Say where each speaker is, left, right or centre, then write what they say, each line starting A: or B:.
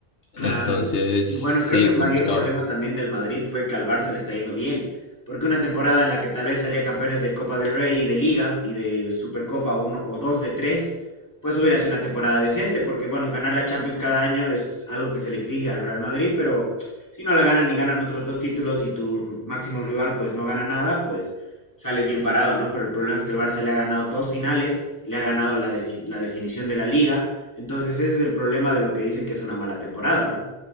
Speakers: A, on the left (about 15°); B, on the left (about 85°).
A: Claro.
B: Entonces,
A: Y, y
B: sí,
A: bueno, creo que el mayor
B: complicado.
A: problema también del Madrid fue que al Barça le está yendo bien. Porque una temporada en la que tal vez salía campeones de Copa del Rey y de Liga y de Supercopa uno o dos de tres, pues hubiera sido una temporada decente. Porque bueno, ganar la Champions cada año es algo que se le exige al Real Madrid, pero si no la ganan y ganan otros dos títulos y tu máximo rival pues no gana nada, pues sales bien parado, ¿no? Pero el problema es que el Barça le ha ganado dos finales, le ha ganado la, de- la definición de la liga Entonces ese es el problema de lo que dicen que es una mala temporada, ¿no?